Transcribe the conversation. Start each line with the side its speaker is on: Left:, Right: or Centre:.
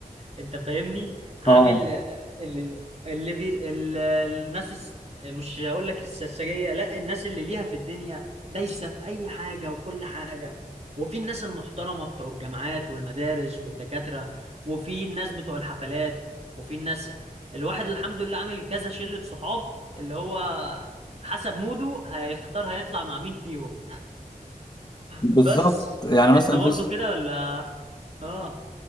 Right: انت فاهمني عامل
Left: اه
Right: اللي, اللي بي ال- الناس الس- مش هقول لك السرسجية لا الناس اللي ليها في الدنيا دايسة في اي حاجة وكل حاجة وفي الناس المحترمة بتوع الجامعات والمدارس والدكاترة وفي الناس بتوع الحفلات وفي الناس الواحد الحمد لله عامل كذا شلة صحاب اللي هو حسب موده هيختار هيطلع مع مين فيهم
Left: بالظبط
Right: بس
Left: يعني مثلا
Right: انت برضو
Left: في
Right: كده ولا اه